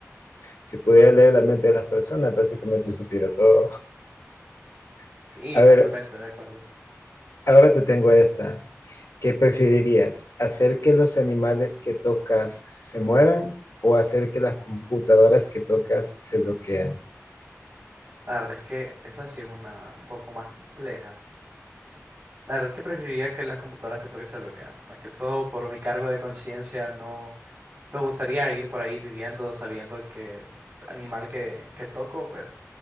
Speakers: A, on the left; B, on the right.
A: si pudiera leer la mente de las personas, básicamente supiera todo. <laughs>
B: Sí, totalmente
A: A ver,
B: de acuerdo.
A: ahora te tengo esta. ¿Qué preferirías? ¿Hacer que los animales que tocas se mueran o hacer que las computadoras que tocas se bloqueen?
B: La verdad es que esa sí es una un poco más compleja. La verdad es que preferiría que las computadoras que toque se bloquean. Más que todo por mi cargo de conciencia, no me gustaría ir por ahí viviendo sabiendo que animal que, que toco, pues